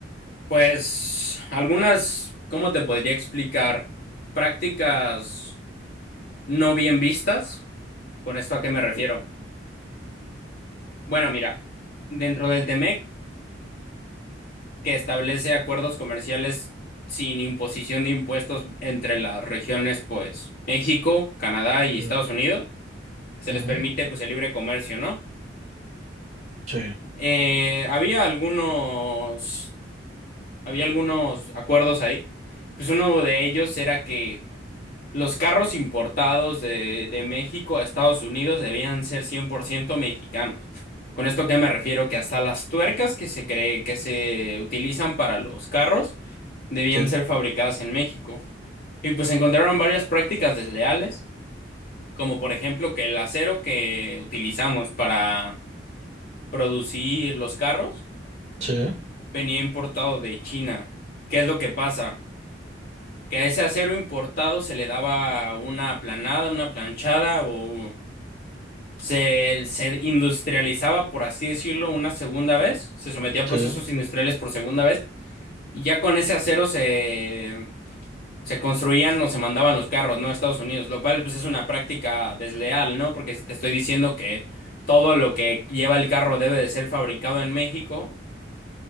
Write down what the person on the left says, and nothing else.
pues algunas, ¿cómo te podría explicar? Prácticas no bien vistas. ¿Con esto a qué me refiero? Bueno, mira, dentro del t que establece acuerdos comerciales sin imposición de impuestos entre las regiones, pues México, Canadá y
Estados Unidos. Se
les permite pues el libre comercio, ¿no?
Eh, había algunos, había algunos acuerdos ahí. Pues uno de ellos era que los carros importados de, de México a Estados Unidos debían ser 100% mexicanos. Con esto que me refiero que hasta las tuercas que se cree que se utilizan para los carros debían
ser fabricadas en México. Y pues encontraron varias prácticas desleales, como por ejemplo que el acero que utilizamos para producir los carros
venía importado de China. ¿Qué es lo que pasa? Que a ese acero importado se le daba una aplanada, una planchada o se, se industrializaba, por así decirlo, una segunda vez, se sometía a
procesos industriales por segunda vez y ya con ese acero se se construían o se mandaban los carros, ¿no? A Estados Unidos, lo cual pues es una práctica desleal, ¿no? Porque si te estoy diciendo que todo lo que lleva el carro debe de ser fabricado en México,